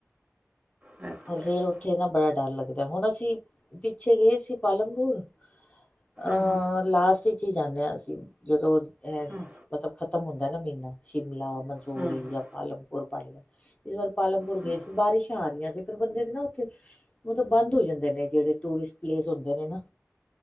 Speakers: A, on the right (about 30°); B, on the left (about 30°).
A: ਹੂੰ,
B: ਰ ਫੇਰ ਉੱਥੇ ਨਾ ਬੜਾ ਡਰ ਲਗਦਾ, ਹੁਣ ਅਸੀਂ ਪਿੱਛੇ ਗਏ ਸੀ ਪਾਲਮਪੁਰ, ਅ
A: ਹੂੰ,
B: ਲਾਸਟ, ਚ ਹੀ ਜਾਂਦੇ ਹਾਂ ਅਸੀਂ ਜਦੋਂ, ਇਹ
A: ਹੂੰ,
B: ਮਤਲਬ ਖ ਖਤਮ ਹੁੰਦਾ ਨਾ ਮਹੀਨਾ, ਸ਼ਿਮਲਾ ਮਨਸੂਰੀ
A: ਹੂੰ,
B: ਜਾਂ ਪਾਲਮਪੁਰ ਪਾੜਿਆ, ਇਸ ਵਾਰ, ਪਾਲਮਪੁਰ
A: ਹੂੰ।
B: ਗਏ ਸੀ ਬਾਰਿਸ਼ਾਂ ਆ ਰਹੀਆਂ ਸੀ। ਜ ਨਾ <unintelligible> ਉ ਬੰਦ ਹੋ ਜਾਂਦੇ ਨੇ ਜਿੜੇ ਟੂਰਿਸਟ ਪਲੇਸ ਹਦੇ ਨੇ ਨਾ,